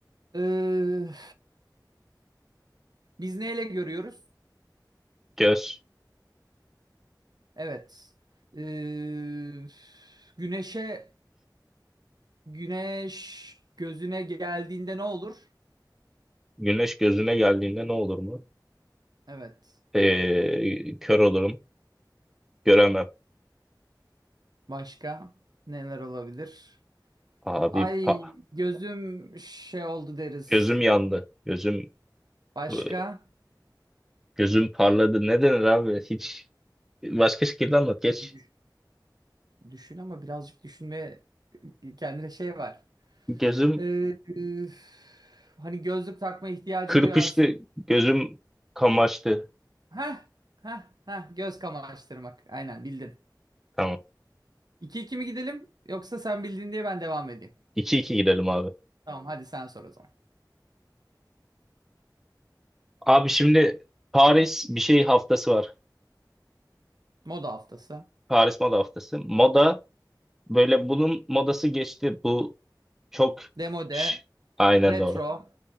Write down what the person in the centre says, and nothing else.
Göz.
Güneş gözüne geldiğinde ne olur mu?
Ee, kör olurum. Göremem.
Abi
pa-
gözüm yandı. Gözüm
ı- gözüm parladı. Ne denir abi? Hiç başka şekilde anlat. Geç.
Gözüm
kırpıştı.
Gözüm kamaştı.
Tamam.
2 iki gidelim abi.
Abi şimdi Paris bir şey haftası var.
Paris Moda Haftası. Moda böyle bunun modası geçti. Bu çok
Şş, aynen
doğru.